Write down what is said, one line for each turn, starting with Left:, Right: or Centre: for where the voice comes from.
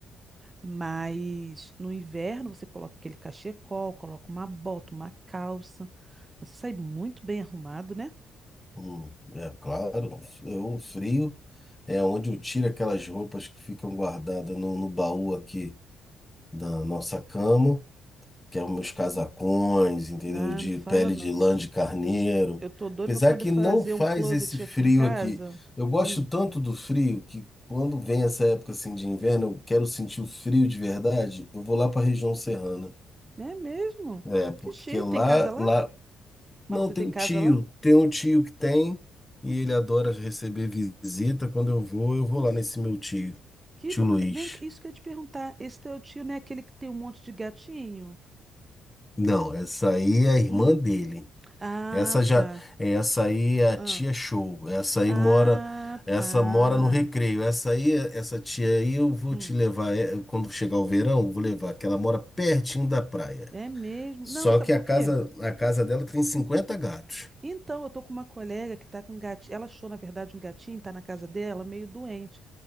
Right: Mas no inverno você coloca aquele cachecol, coloca uma bota, uma calça. Você sai muito bem arrumado, né?
Left: hum, é claro, eu, o frio é onde eu tiro aquelas roupas que ficam guardadas no, no baú aqui da nossa cama. que é meus casacões, entendeu?
Right: Ah,
Left: De
Right: não fala
Left: pele
Right: não.
Left: de lã de carneiro.
Right: Eu tô doida
Left: Apesar
Right: pra poder
Left: que
Right: fazer
Left: não faz
Right: um closet
Left: esse frio
Right: aqui em casa.
Left: aqui. Eu gosto
Right: Hum,
Left: tanto do frio que quando vem essa época assim de inverno, eu quero sentir o frio de verdade, eu vou lá para a região serrana.
Right: é mesmo?
Left: É, porque
Right: Que chique.
Left: lá,
Right: Tem casa lá?
Left: lá
Right: Mas
Left: não
Right: você
Left: tem
Right: tem
Left: o
Right: casa
Left: tio,
Right: lá?
Left: tem um tio que tem e ele adora receber visita. Quando eu vou, eu vou lá nesse meu tio,
Right: Que
Left: tio
Right: bo-
Left: Luiz.
Right: eh, Vem, cá, isso que eu ia te perguntar. Esse teu tio não é aquele que tem um monte de gatinho?
Left: Não, essa aí é a irmã
Right: Hum.
Left: dele.
Right: Ah,
Left: Essa já,
Right: tá.
Left: essa aí é a
Right: Ah,
Left: tia show. Essa aí
Right: ah,
Left: mora, essa
Right: tá.
Left: mora no Recreio. Essa aí, essa tia aí eu vou
Right: Hum.
Left: te levar é, quando chegar o verão, eu vou levar, que ela mora pertinho da praia.
Right: É mesmo?
Left: Só
Right: Não, sabe
Left: que a
Right: por
Left: casa,
Right: quê?
Left: a casa dela tem cinquenta gatos,
Right: Então, eu tô com uma colega que tá com um gatinho. Ela achou, na verdade, um gatinho, tá na casa dela, meio doente.